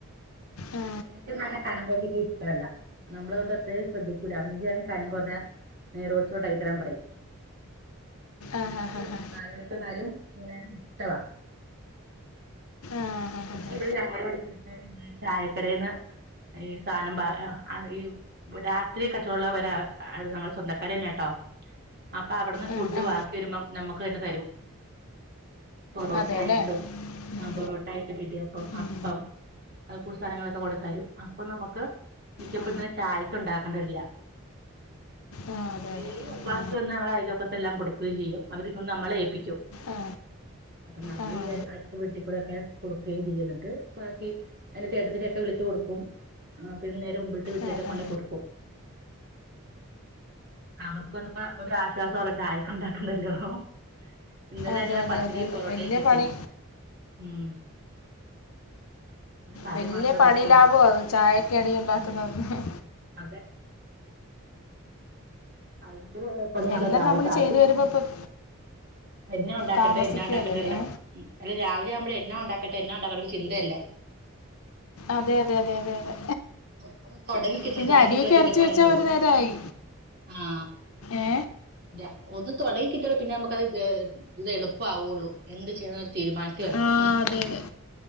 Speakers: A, on the left; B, on the right.
A: ആ.
B: ഇൻക്ക് ഇന്നങ്ങനെ കനം കൊറഞ്ഞിട്ട് ഇഷ്ടല്ല നമ്മൾട്ട് എതേം ശ്രദ്ധിക്കൂല ഉമ്മച്ചി കനം കൊറഞ്ഞാ നെയ് റോസ്റ്റ് ണ്ടായി തരാം പറയിം
A: ആഹാഹാഹാ.
B: നന്ദു നാലുമണിക്ക് വന്നാലും ഇങ്ങനെ ഇഷ്ടവാ
A: ആഹാഹാഹാ.
B: പിന്നെ ഇവിടെ ഞങ്ങളെവിടുത്ത് ന്ന് ചായ കടെന്ന് ഈ സാനം ബാ അ ഇ രാത്രി കച്ചോള്ളവര അ അ ര ഞങ്ങളെ സ്വന്തക്കാരെന്നെട്ടോ അപ്പ അവ്ട്ന്ന്
A: ആ,
B: ഫുഡ്‌
A: ആ.
B: വാക്കി വരുമ്പം നമ്മക്ക് തന്നെ ത രും പൊറോട്ടായിട്ടും
A: അതേല്ലേ? ഉം.
B: നമ്പറോ ഇണ്ടായിട്ട് ഇപ്പ ഇടിയപ്പം
A: ഉം.
B: അപ്പം അത് പോൽ സാനങ്ങളൊക്കെ കൊണ്ടെത്തരും അപ്പ നമ്മക്ക് മിക്കപ്പത്തിന്
A: ആ.
B: ചായക്ക് ഉണ്ടാക്കേണ്ടിര് ല
A: ആ, അതെ,
B: കൊറേ
A: അതെ.
B: ബാക്കി
A: ആ.
B: വന്നാല് ഞങ്ങളെ അയലൊക്കെതെല്ലാം കൊടുക്കെയും ചെയ്യും അവര് ഇപ്പ നമ്മളെ ഏല്പിക്കും
A: ആ.
B: അപ്പ നമ്മള്
A: ആ. ആ, ആ.
B: ഈ അടുത്ത വീട്ടിക്കൂടെക്കെ കൊടുക്കെയും ചെയ്യും എന്നിട്ട് ബാക്കി എന്റെ ചേട്ടത്തിനെക്കെ വിളിച്ച് കൊട്ക്കും. പിന്നെ നേരെ മുമ്പിൽത്തെ വീട്ടിലൊക്കെ
A: ആ, ആ,
B: കൊണ്ടേ
A: ആ, ആ.
B: കൊട്ക്കും അവർക്കത്പ്പ ഇപ്പ ഒരു ആശ്വാസാണ് ചായക്ക് ഉണ്ടാക്കണ്ടല്ലൊ ഹെ ഹെ ഇന്നലങ്ങനെ
A: അതെ അതെ
B: പത്തിരിം
A: അതെ അതെ
B: പൊറോട്ടയും
A: വലിയ
B: കിട്ടി
A: പണി
B: ൻ മ്മ് കറി
A: ബല്ല്യ
B: മാത്രം
A: പണി
B: വെച്ചോള്ളൂ
A: ലാഭാ ചായക്കടി ഇണ്ടാക്ക്ന്നതൊക്കെ
B: അതെ അയ് <unintelligible> നാളെ
A: എല്ലാം
B: രാവിലെ
A: നമ്മൾ
B: ചായക്ക്
A: ചെയ്തു വരുമ്പോൾ ഇപ്പം
B: എന്നാ ഉണ്ടാക്കെണ്ടേ
A: താമസിക്കുമല്ലേ
B: എന്ന ഇണ്ടാക്കെട്ടള്ളെ
A: ഏ
B: ഈ എല്ല രാവിലെ ആവ്മ്പഴെ എന്ന ഒണ്ടാക്കണ്ടേ എന്ന ഒണ്ടാക്കണ്ടേ ചിന്തയല്ലെ
A: അതെ അതെ അതെ അതെ അതെ
B: ഒ ഒന്ന് തൊടങ്ങി കിട്ടണം
A: പിന്നെ
B: തൊടങ്ങി
A: അരിയൊക്കെ
B: കിട്ടിയാ പിന്നെ
A: അരച്ച്
B: പണി
A: വെച്ചാൽ
B: കൂടും
A: ഒരു നേരമായി
B: ആ
A: ഏ
B: ര ഒന്ന് തൊടങ്ങി കിട്ട്യാ പിന്നെമ്മക്കത് ത് എന്ത് എളുപ്പാവുള്ളു എന്ത് ചെയ്യാണെന്ന് തീരുമാനത്തി വരണം
A: ആ അതെ അതെ